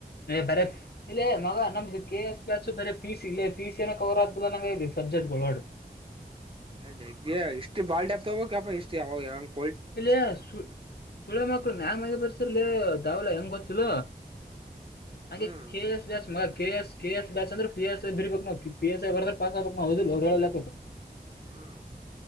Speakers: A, on the left (about 70°); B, on the right (about 30°).
A: ಬರ ಇ ಮಗ ನಮ ಕೆ ಎಸ್ ಬರ ಸ್ ಇ ಪಿ ಸಿ ನ ಕವರ್ ಆಗ್ಲ್ಲ ನಂಗ ಇದೆ ಸಬ್ಜೆಕ್ಟ್ ಒ
B: ಜಗ್ಗೆ ಇಷ್ಟು ಬಾಳ್ ಪ್ತೋಗಪ ಇಷ್ಟು ಯಾವಂಗ
A: ಇಲ್ಲಯ <unintelligible> ಮ ಬರ್ಸರ್ಲ್ಲ ದಾವಲ ಹೆಂಗ ಅ
B: ಹ್ಮ್
A: ಕಸ್ ಮಸ್ <unintelligible> ಕೆ ಎಸ್ ಬ್ಯಾಸ್ ಅಂದ್ರ ಪಿ ಎಸ್ಐ ಬಿರ್ಬೇಕಕ್ ನವು ಪಿ ಎಸ್ ಐ ಬರ್ ಪಾಕ್ ಬಕ್ವುದ ಹೇಳಾ
B: ಹ್ಮ್